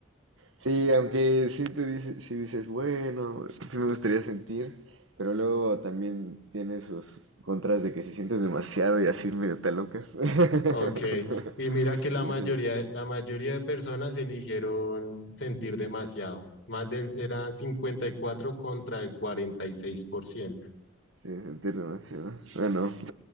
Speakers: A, on the right; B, on the left.
A: Sí, aunque sí te dices, sí dices, bueno, sí me gustaría sentir, pero luego también tiene sus contras de que si sientes demasiado y así medio te locas. <laughs>
B: Ok, y mira
A: Sí,
B: que la mayoría,
A: sí, lo-
B: la mayoría de personas eligieron sentir demasiado. Más de, eran 54 contra el cuarenta y seis por ciento
A: sí, sentir demasiado. Bueno,